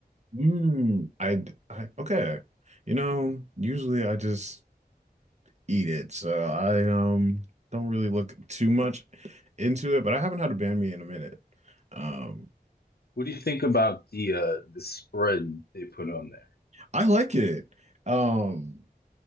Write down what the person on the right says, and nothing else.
Mm, I, I okay. You know, usually I just eat it. So I um don't really look too much into it, but I haven't had a banh mi in a minute. Um,
I like it. Um,